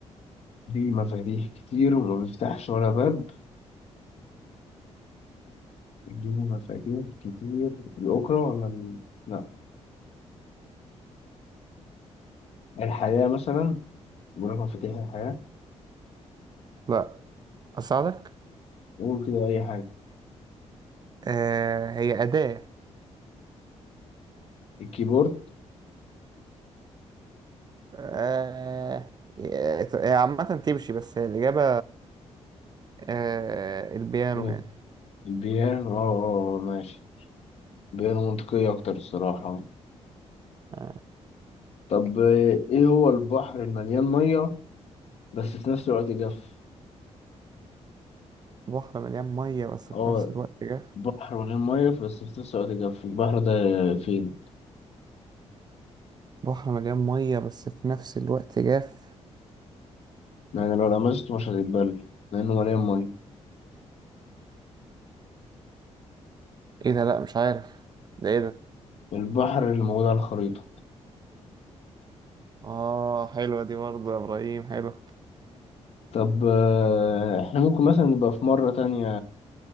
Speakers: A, on the left; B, on the right.
A: ليه مفاتيح كتير وما بيفتحش ولا باب ليه مفاتيح كتير الأوكرة ولا ال- لا الحياة مثلا بقول لك مفاتيح الحياة
B: لا اساعدك
A: قول كده أي حاجة
B: آه هي اداة
A: الكيبورد
B: آه هي عامة تمشي بس هي الإجابة آه البيانو
A: قول.
B: يعني
A: البيانو اه آه، آه، ماشي بيانو منطقية أكتر الصراحة
B: آه.
A: طب آه، ايه هو البحر المليان ميه بس في نفس الوقت جاف
B: بحر مليان مية بس
A: اه
B: في نفس الوقت جاف
A: بحر مليان ميه بس في نفس الوقت جاف البحر ده فين
B: بحر مليان مية بس في نفس الوقت جاف
A: يعني لو لمسته مش هتتبل لانه مليان ميه
B: ايه ده لا مش عارف ده ايه ده
A: البحر اللي موجود على الخريطه
B: اه حلوة دي برضه يا ابراهيم حلو
A: طب آه، احنا ممكن مثلا نبقى في مرة تانية